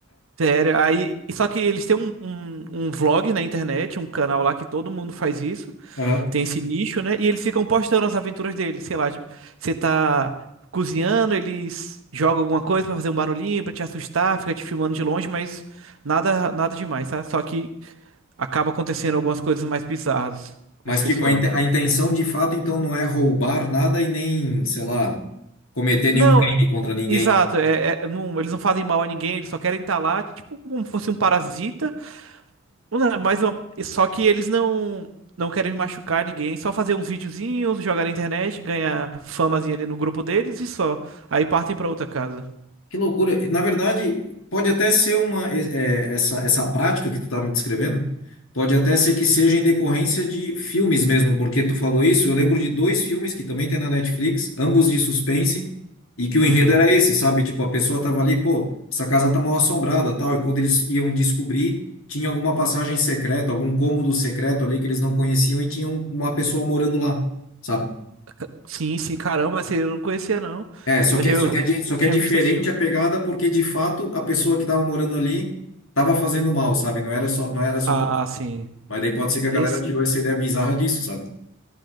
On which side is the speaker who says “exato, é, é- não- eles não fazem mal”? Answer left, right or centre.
Right